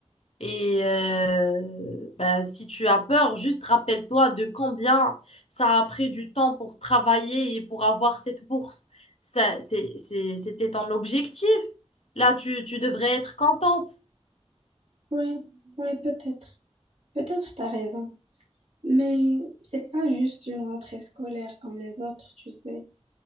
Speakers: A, on the left (about 65°); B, on the right (about 65°).
A: Et euh, ben, si tu as peur, juste rappelle-toi de combien ça a pris du temps pour travailler et pour avoir cette bourse. Ça, c'est, c'est- c'était ton objectif. Là, tu, tu devrais être contente.
B: Oui, oui, peut-être. Peut-être t'as raison. Mais c'est pas juste une rentrée scolaire comme les autres, tu sais.